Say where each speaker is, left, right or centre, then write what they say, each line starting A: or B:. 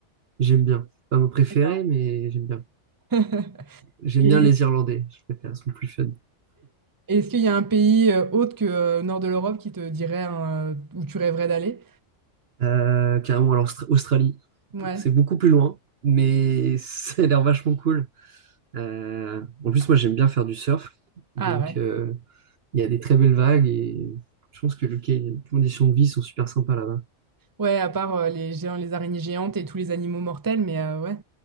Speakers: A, on the right; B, on the right.
A: j'aime bien. Pas mon préféré,
B: D'accord.
A: mais j'aime bien.
B: <laughs>
A: J'aime
B: Et
A: bien les Irlandais, je préfère, ils sont plus fun.
B: et est-ce qu'il y a un pays euh, autre que euh, nord de l'Europe qui te dirait hein, où tu rêverais d'aller?
A: Euh, carrément, alors Austra- Australie,
B: Ouais.
A: c'est beaucoup plus loin, mais <laughs> ça a l'air vachement cool. Euh, en plus, moi j'aime bien faire du surf, donc
B: Ah ouais.
A: euh, il y a des très belles vagues et je pense que le- les conditions de vie sont super sympas là-bas.
B: Ouais, à part euh, les géants, les araignées géantes et tous les animaux mortels, mais euh, ouais.